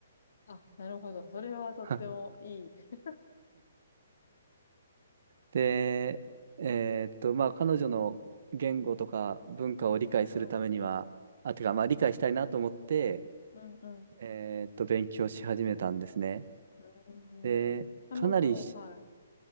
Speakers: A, on the left; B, on the right.
A: あ、なるほど。それはとってもいい。
B: <laughs>
A: <laughs>
B: で、えっと、まあ、彼女の言語とか文化を理解するためには、
A: はい。
B: あ、てか、まあ、
A: うん
B: 理解したいなと思って、
A: うんうん。
B: えっと、勉強し始めたんですね。
A: う
B: で、
A: ん。彼女、
B: かなりし、
A: はい。